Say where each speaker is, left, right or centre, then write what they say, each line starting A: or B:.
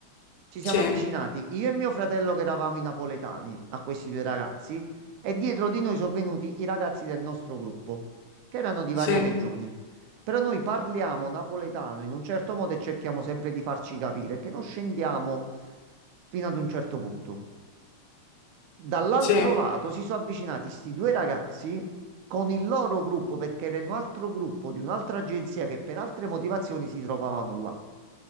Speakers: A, on the right; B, on the left.
A: Ci
B: sì,
A: siamo avvicinati, io e mio fratello che eravamo i napoletani, a questi due ragazzi, e dietro di noi sono venuti i ragazzi del nostro gruppo, che erano di
B: sì,
A: varie regioni. Però noi parliamo napoletano in un certo modo e cerchiamo sempre di farci capire, che non scendiamo fino ad un certo punto. Dall'altro
B: sì.
A: lato si sono avvicinati sti due ragazzi con il loro gruppo perché era un altro gruppo di un'altra agenzia che per altre motivazioni si trovavano là.